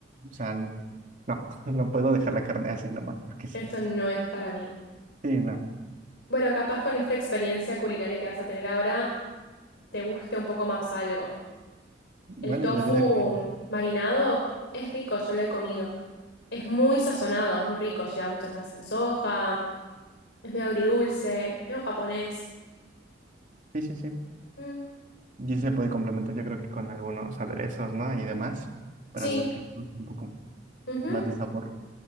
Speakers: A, on the right; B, on the left.
A: o sea, n- no, <laughs> no puedo dejar la carne así nomás, porque sí.
B: Esto no es para mí.
A: Sí, no.
B: Bueno, capaz con esta experiencia culinaria que vas a tener ahora, te guste un poco más algo.
A: Bueno,
B: El tofu
A: y la vida que...
B: marinado es rico, yo lo he comido. Es muy sazonado, es muy rico, lleva mucha salsa de soja, es medio agridulce, medio japonés.
A: Sí, sí, sí.
B: Mm,
A: Y sí se puede complementar, yo creo que con algunos aderezos, ¿no? Y demás, para
B: sí,
A: los que les guste un poco
B: ujú,
A: más de sabor.